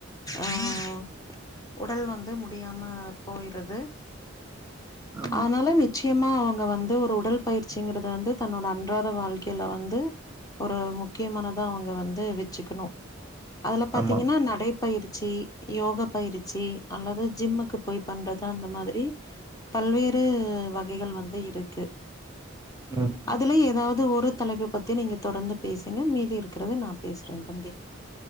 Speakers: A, on the left; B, on the right.
A: ஆஹ உடல் வந்து முடியாம போயிறது
B: ஆமா
A: ஆனால நிச் முக்கியமா அவுங்க வந்து ஒரு உடல் பயிற்சிங்கறத வந்து தன்னோட அன்றாட வாழ்க்கையில வந்து ஒரு முக்கியமானதா அவுங்க வந்து து வெச்சுக்கணு அதுல பாத்தீங்கன்னா
B: ஆமா
A: நடைப்பயிற்சி யோகா பயிற்சி அல்லது ஜிம்முக்கு போய் பண்றது அந்த மாதிரி பல்வேறு வகைகள் வந்து இருக்கு
B: ம் ம்
A: அதுல ஏதாவது ஒரு தலைப்ப பத்தி நீங்க தொடர்ந்து பேசுங்க மீதி இருக்கிறத நா பேசுறே தம்பி